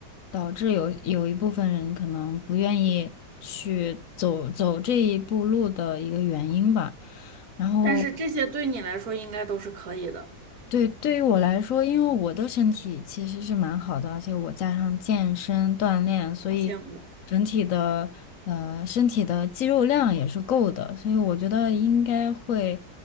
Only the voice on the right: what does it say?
但是这些对你来说应该都是可以的，
好羡慕。